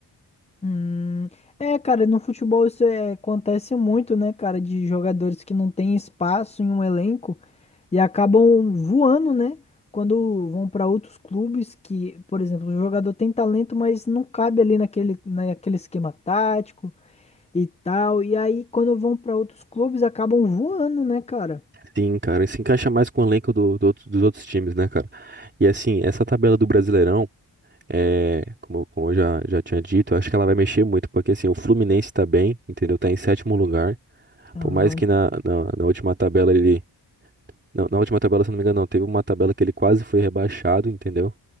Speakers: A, on the left (about 15°); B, on the right (about 25°).
A: Hum, é, cara, no futebol isso é- acontece muito, né, cara, de jogadores que não têm espaço em um elenco e acabam voando, né, quando vão para outros clubes que, por exemplo, o jogador tem talento, mas não cabe ali naquele, naquele esquema tático e tal, e aí quando vão para outros clubes acabam voando, né, cara?
B: Sim, cara, e se encaixa mais com o elenco do- do outro- dos outros times, né, cara? E assim, essa tabela do Brasileirão, é, como, eu- como eu já, já tinha dito, eu acho que ela vai mexer muito, porque assim, o Fluminense tá bem, entendeu? Tá em sétimo lugar.
A: Aham.
B: Por mais que na, na na última tabela ele Não, na última tabela, se eu não me engano, não. Teve uma tabela que ele quase foi rebaixado, entendeu?